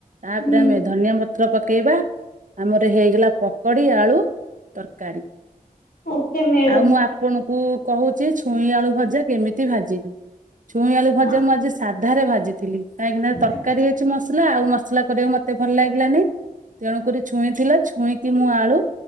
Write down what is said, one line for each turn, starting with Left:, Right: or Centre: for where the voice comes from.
Right: ତାପରେ
Left: ହୁଁ
Right: ଆମେ ଧନିଆ ପତ୍ର ପକେଇବା ଆମର ହେଇଗଲା ପକୋଡି ଆଳୁ ତରକାରୀ
Left: ଓକେ ମ୍ୟାଡ଼ାମ
Right: ଆଉ ମୁଁ ଆପଣ ଙ୍କୁ କହୁଛି ଛୁଇଁ ଆଳୁ ଭଜା କେମିତି ଭାଜିଲୁ ଛୁଇଁ ଆଳୁ ଭଜା
Left: ହଁ
Right: ମୁଁ ଆଜି ଅଧାରେ ଭାଜିଥିଲି କାହିଁକିନା ତରକାରୀ
Left: ଆଜ୍ଞା
Right: ମସଲା ଆଉ ମସଲା କରିବାକୁ ମତେ ଭଲ ଲାଗି ଲାନି ତେଣୁ କରି ଛୁଇଁ ଥିଲା ଛଇଁ କି ମୁଁ ଆଳୁ